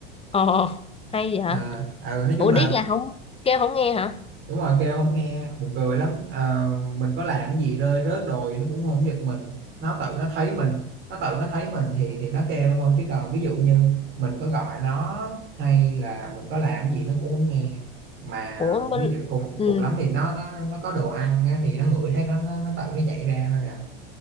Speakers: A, on the left; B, on the right.
A: ờ hay vậy
B: à, ừ, nói chung
A: ủa
B: là
A: điếc là không kêu không nghe hả
B: đúng rồi kêu không nghe buồn cười lắm Ờ, mình có làm cái gì rơi rớt đồi nó cũng không giật mình nó tự nó thấy mình nó tự nó thấy mình thì thì nó kêu thôi chứ còn ví dụ như mình có gọi nó hay là mình có làm cái gì nó cũng không nghe mà
A: ủa bên
B: ví dụ cùng
A: ừ
B: cùng lắm thì nó nó nó có đồ ăn á, thì nó ngửi thấy nó nó, nó tự nó chạy ra thôi à